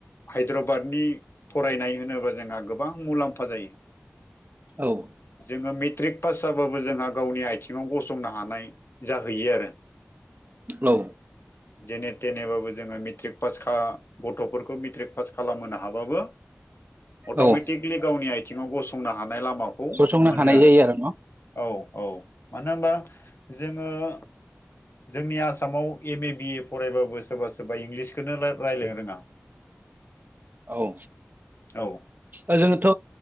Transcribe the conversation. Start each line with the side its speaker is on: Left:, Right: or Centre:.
Left: हायद्राबादनि फरायनाय होनोबा जोंहा गोबां मुलाम्फा जायो
Right: औ
Left: जोङो मित ट्रिक पास जाबाबो जोंहा गावनि आथिङाव गसंनो हानाय जाहैयो आरो
Right: औे
Left: जेने थेनेबाबो जोङो मेट्रिक पास गथ'फोरखौ मेट्रिक पास खालामहोनो हाबाबो अट'मेटिकलि
Right: औ
Left: गावनि आथिङाव गसंनो हानाय लामाखौ
Right: गसंनो
Left: मोनो
Right: हानाय
Left: आरो
Right: जायो न'
Left: औ औ मानो होनबा जों ओ जोंनि आसामाव एम ए बि फरायबाबो सोरबा सोरबा इंलिसखौनो रायलायनो रोङा
Right: औ
Left: औ
Right: ओजोंथ'